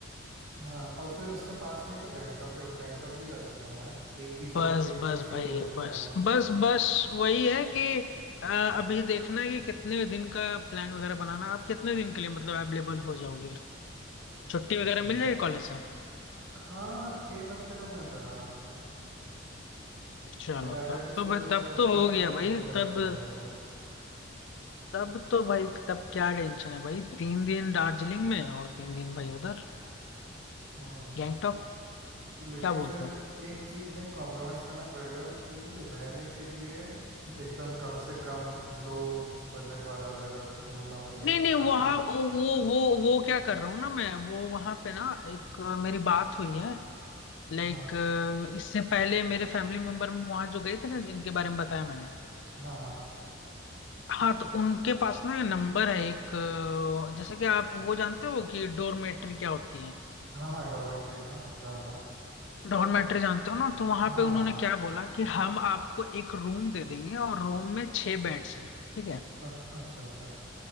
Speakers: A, on the right; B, on the left.
A: हाँ और फिर उसके पास में ही तो गैंगटॉक है गैंगटॉक भी जा सकते हैं यार एक तीर से
B: बस
A: एक
B: बस
A: तीर से
B: भाई
A: दो निशान
B: बस
A: है
B: बस बस वही है कि अ, अभी देखना है कि कितने दिन का प्लान वगैरह बनाना आप कितने दिन के लिए मतलब अवेलेबल हो जाओगे छुट्टी वगैरह
A: हम्म,
B: मिल जाएगी कॉलेज से
A: हाँ एक हफ्ते का मिल जाएगा आराम से
B: चलो
A: मेरा अटेंडेंस
B: तब तो
A: भी
B: भाई
A: वैसा
B: तब तो
A: ठीक
B: हो गया
A: ठाक ही है
B: भाई
A: तो मिल
B: तब
A: जाएगा मेरे को
B: तब तो भाई तब क्या टेंशन है भाई तीन दिन दार्जिलिंग में और तीन दिन भाई उधर
A: हम्म
B: गैंगटॉक
A: लेकिन
B: क्या बोलते
A: फिर
B: हो
A: एक चीज में कॉम्प्रोमाइज करना पड़ेगा कि रहने के लिए एकदम कम से कम लो बजट वाला जगह ढूंढना पड़ेगा
B: नहीं नहीं वहाँ
A: ताकि
B: वो वो वो वो क्या कर रहा हूँ ना मैं वो वहाँ पे ना एक अ, मेरी बात हुई है लाइक
A: हाँ
B: इससे पहले मेरे फैमिली मेंबर वहाँ जो गए थे ना जिनके बारे में बताया मैंने
A: हाँ हाँ
B: हाँ तो उनके पास ना नंबर है एक अ, जैसे कि आप वो जानते हो कि डोरमेट्री क्या होती है
A: हाँ हाँ डॉर्मेट्री हाँ जानता हूँ
B: डॉर्मेट्री जानते हो ना तो वहां
A: हाँ
B: पे उन्होंने
A: हाँ हाँ,
B: क्या बोला कि हम आपको एक रूम दे देंगे और रूम में छह बेड्स हैं ठीक है
A: अ- अच्छा अच्छा